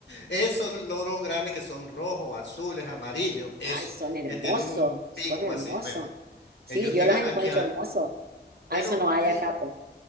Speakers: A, on the left (about 85°); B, on the right (about 60°).
A: Esos loros grandes que son rojos, azules, amarillos, eso,
B: Ay, son hermosos,
A: que tienen un
B: son
A: pico
B: hermosos.
A: así. Bueno,
B: Sí,
A: ellos
B: yo
A: llegan
B: los encuentro
A: aquí a...
B: hermosos.
A: Bueno,
B: A eso no hay
A: fí-
B: acá, po.